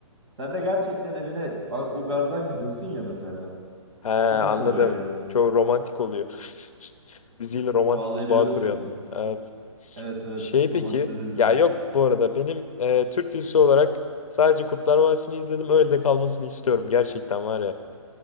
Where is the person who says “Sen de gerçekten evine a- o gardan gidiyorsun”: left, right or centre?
Right